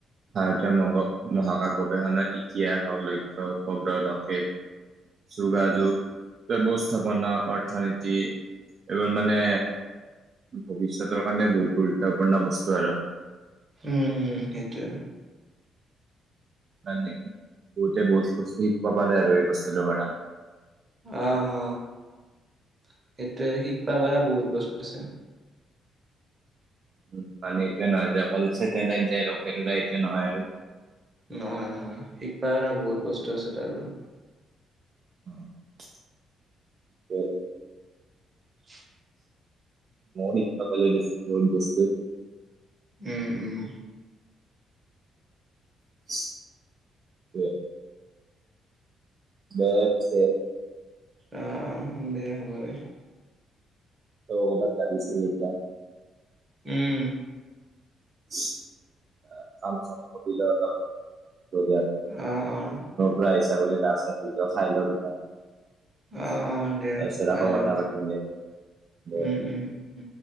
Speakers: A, on the right; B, on the right.
A: ভাৰতীয় মগ মহাকাশ গৱেষণাৰ ইতিহাস লক্ষ্য উপব্ৰকেত যোগাযোগ, ব্যৱস্থাপনা, অৰ্থনীতি এইবোৰ মানে ভৱিষ্যতৰ কাৰণে বহুত গুৰুত্বপূৰ্ণ বস্তু আৰু।
B: উম উম সেইটোৱে।
A: হয় নেকি? বহুতে বহুত বস্তু শিকিব পাৰে আৰু এই বস্তুটো পৰা।
B: অ অ সেইটোৱে শিকব পাৰা বহুত বস্তু আছে।
A: উম মানে এইটোয়ে নহয় যে অকল ছেটেলাইট যায় ৰকেট ওলাই এইটোৱে নহয় আৰু
B: নহয় নহয়, শিকবা পাৰা বহুত বস্তু আছে তাৰ
A: অ ঠিকে।
B: চু
A: মহিত থাক য জবৰদস্তি
B: উম উম।
A: <unintelligible> ব পিছে
B: আ দে হ'ব দে।
A: ত বত গাবিছনে দেতিয়া।
B: উম।
A: চু কাম - চাম কৰিলে অলপ ধিয় দে
B: অ অ।
A: পৰা আহি চাবলৈ গা চা ধুই খাই লওঁ কিবা। তাৰপিছত
B: অ অ দে খাই
A: আকৌ
B: লওঁ
A: কথা
B: দে
A: পাতিম দে।
B: উম উম উম